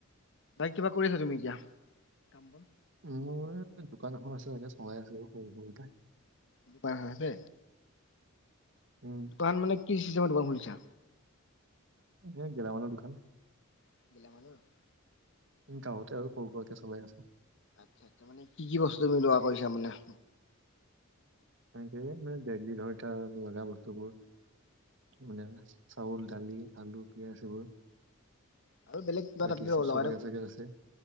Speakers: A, on the left; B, on the right.
A: বাইক কিবা কৰি আছা তুমি এতিয়া কাম বন
B: মোৰ দোকান এখন আছে তাকে চলাই আছে সৰু সৰুকে
A: দোকান হৈ আছে
B: উম
A: দোকান মানে কি চিষ্টেমত দোকান খোলিছা।
B: এই গেলা মালৰ দোকান।
A: <unintelligible>
B: গাঁৱতে আৰু সৰু সুৰাকে চলাই আছোঁ।
A: আচ্ছা কি বস্তু মিলোৱা কৰিছা মানে
B: এংকৈ মানে ডেইেলি ধৰটা লগা বস্তুবোৰ মানে চাউল, দালি, আলু, পিয়াজ এইবোৰ।
A: আৰু বেলেগ কিবা
B: বাকী
A: তাতে
B: চিপছ্
A: লগাই
B: পাকেট
A: থৈ
B: চাগে আছে,